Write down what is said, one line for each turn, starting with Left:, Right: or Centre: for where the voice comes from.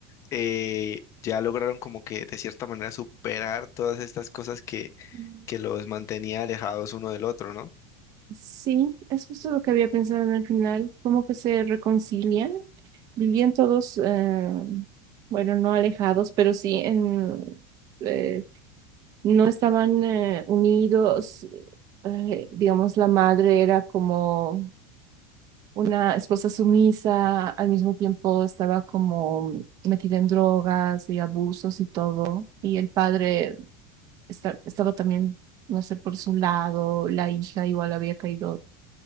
Left: eh, ya lograron como que de cierta manera superar todas estas cosas que,
Right: Ujú.
Left: que los mantenía alejados uno del otro, ¿no?
Right: Sí, es justo lo que había pensado en el final, como que se reconcilian. Vivían todos, eh, bueno, no alejados, pero sí en, eh, no estaban eh, unidos. eh, digamos, la madre era como una esposa sumisa, al mismo tiempo estaba como metida en drogas y abusos y todo. Y el padre esta- estaba también, no sé, por su lado, la hija igual había caído